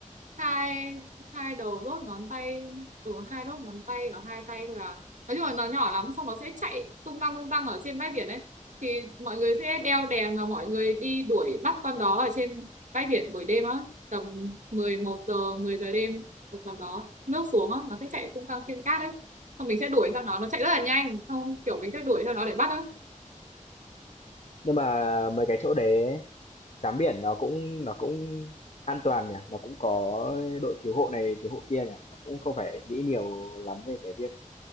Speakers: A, on the right; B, on the left.
A: hai hai đầu đốt ngón tay ừ hai đốt ngón tay ở hai tay thôi à nói chung là nó nhỏ lắm xong nó sẽ chạy tung tăng tung tăng ở trên bãi biển ấy thì mọi người sẽ đeo đèn và mọi người đi đuổi bắt con đó ở trên bãi biển buổi đêm á tầm mười một giờ 10 giờ đêm một tầm đó nước xuống á nó sẽ chạy tung tăng trên cát ấy xong mình sẽ đuổi theo nó nó chạy rất là nhanh xong kiểu mình sẽ đuổi theo nó để bắt á
B: Nhưng mà mấy cái chỗ đấy ấy, tắm biển nó cũng nó cũng an toàn nhỉ, nó cũng có đội cứu hộ này cứu hộ kia nhỉ, nó cũng không phải nghĩ nhiều lắm về cái việc